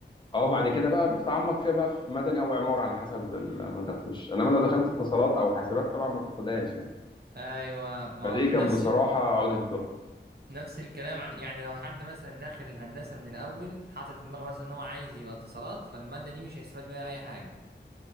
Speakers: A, on the left; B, on the right.
A: اه بعد كده بقى بتتعمق فيها بقى في مدني او عمارة على حسب ال- ما انت تخش انما لو دخلت اتصالات او حاسبات طبعا ما بتاخدهاش يعني
B: ايوه ما
A: فدي كانت
B: نفس
A: بصراحة
B: ال...
A: عقدة الظهر
B: نفس الكلام عن يعني لو حد مثلا داخل الهندسة من الاول حاطط في دماغه مثلا ان هو عايز يبقى اتصالات فالمادة دي مش هيستفاد منها اي حاجة